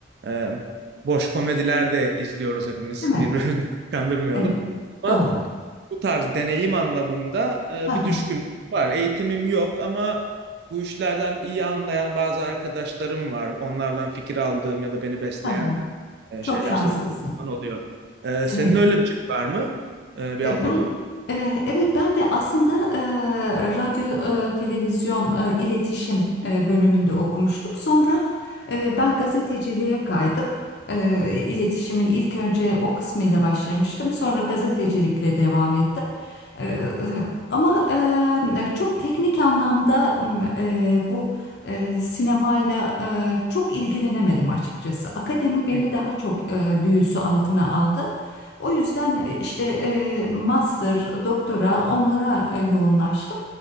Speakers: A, on the right (about 60°); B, on the left (about 65°).
A: e, boş komediler de izliyoruz hepimiz.
B: değil mi?
A: Birbirimizi <laughs> kandırmayalım.
B: Evet,
A: Ama
B: doğru.
A: bu tarz deneyim anlamında e,
B: Ha,
A: bir
B: ha,
A: düşkünlük var. Eğitimim yok ama bu işlerden iyi anlayan bazı arkadaşlarım var. Onlardan fikir aldığım ya da beni besleyen
B: ha, ha.
A: e,
B: Çok
A: şeyler
B: şanslısın.
A: söylediğim falan oluyor. E,
B: Evet.
A: senin öyle bir şey var mı? E, bir
B: E,
A: altyapın?
B: Ben Eee, Evet ben de aslında eee, radyo, eee, televizyon, eee, iletişim eee, bölümünde okumuştum. Sonra eee, ben gazeteciliğe kaydım. Eee, iletişimin ilk önce o kısmıyla başlamıştım. Sonra gazetecilikle devam ettim. Eee, ama eee, çok teknik anlamda m, eee, bu eee, sinemayla eee, çok ilgilenemedim açıkçası. Akademi beni
A: Hı,
B: daha çok eee, büyüsü altına aldı. O yüzden e, işte e, master, doktora onlara e, yoğunlaştım.